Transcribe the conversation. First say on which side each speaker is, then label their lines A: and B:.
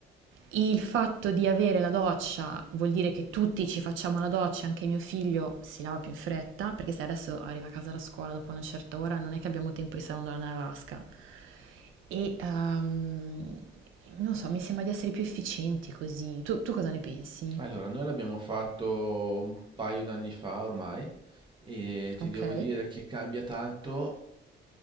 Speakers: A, on the right; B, on the right.
A: Il fatto di avere la doccia vuol dire che tutti ci facciamo la doccia, anche mio figlio si lava più in fretta, perché se adesso arriva a casa da scuola dopo una certa ora non è che abbiamo tempo di stare andando nella vasca. E ehm, non so, mi sembra di essere più efficienti così. Tu, tu cosa ne pensi?
B: Allora, noi l'abbiamo fatto un paio d'anni fa ormai e ti
A: Ok.
B: devo dire che cambia tanto